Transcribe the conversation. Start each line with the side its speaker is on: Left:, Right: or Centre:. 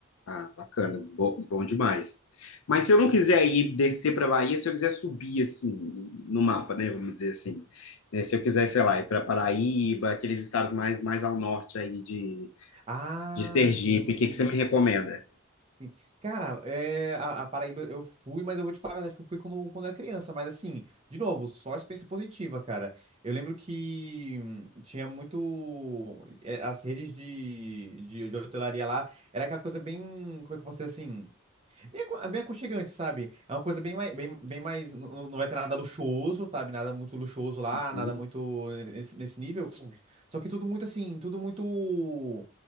Left: Ah, bacana, bom, bom demais. Mas se eu não quiser ir descer para Bahia, se eu quiser subir assim no mapa, né, vamos dizer assim, né, se eu quiser, sei lá, ir para Paraíba, aqueles estados mais mais ao norte aí de,
Right: Ah,
Left: de Sergipe,
Right: sim,
Left: o
Right: sim,
Left: que que você me recomenda?
Right: sim. Cara, é, a, a Paraíba eu fui, mas eu vou te falar a verdade que eu fui quando, quando era criança. Mas assim, de novo, só experiência positiva, cara. Eu lembro que hum, tinha muito. é, As redes de, de, de hotelaria lá era aquela coisa bem. Como é que eu posso dizer assim? Bem, acon- bem aconchegante, sabe? É uma coisa bem mais, bem, bem mais. n- n- Não vai ter nada luxuoso, sabe? Nada muito luxuoso lá,
Left: Uhum.
Right: nada muito nesse, nesse nível. Sim. Só que tudo muito assim, tudo muito